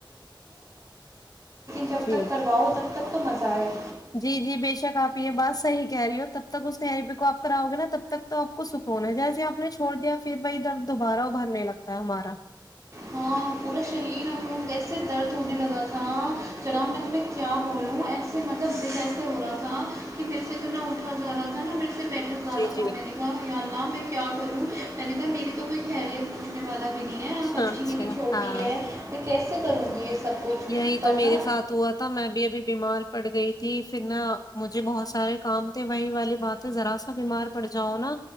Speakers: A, on the right; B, on the left.
A: جب
B: جی
A: تک کرواؤ تب تب تو مزہ آئے
B: جی جی بےشک آپ یہ بات صحی کہہ رہی ہو تب تک اس تری پی کو آپ کراؤ گے نا تب تک تو آپ کو سکون ہے جیسے آپ نے چھوڑ دیا پھر بھائی درد دوبارہ ابھرنے لگتا ہے ہمارا
A: ہاں پورا شریر ہم ایسے درد ہونے لگا تھا جر میں تمہیں کیا بولوں ایسے مطلب دل ایسے ہو رہا تھا کہ میرے سے جو نہ اٹھا جا رہا تھا نہا م سے
B: جی جی
A: <unintelligible> میں کیا کروں میں نے کہا میری تو کوئی خریت پوچھنے والا بھی نہیں ہے اچھی
B: اچھا
A: میری چھوٹی
B: ہاں
A: ہے میں کیسے کروں گی یہ سب کچھ
B: یہی
A: پر
B: تو میرے
A: نا
B: ساتھ ہوا تھا میں بھی ابھی بیمار پڑ گئی تھی پھر نا مجھے بہت سارے کام تھے وہی والی باتیں ذرا سا بیمار پڑ جاؤ نا